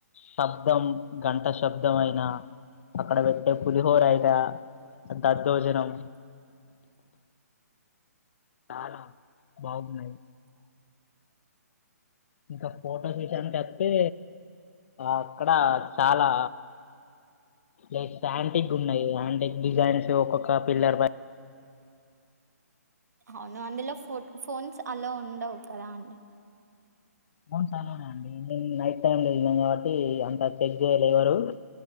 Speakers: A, on the left; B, on the right.
A: శబ్దం గంట శబ్దం అయినా అక్కడ పెట్టే పులిహోరైన దద్దోజనం చాలా బాగునై ఇంకా ఫోటోస్ విషయానికి కతే అక్కడ చాలా లేక్ శాంటిక్ ఉన్నాయి ఆయాంటిక్ డిజైన్స్ ఒక్కొక్క పిల్లర్ పై
B: అవును అందులో ఫో ఫోన్స్ అలో ఉండవు కదా అండి
A: ఫోన్స్ అలొనె అండి మీమ్ నైట్ టైమ్ లో వెళ్ళినం కాబట్టి అంత చెక్ చేయలే ఎవరు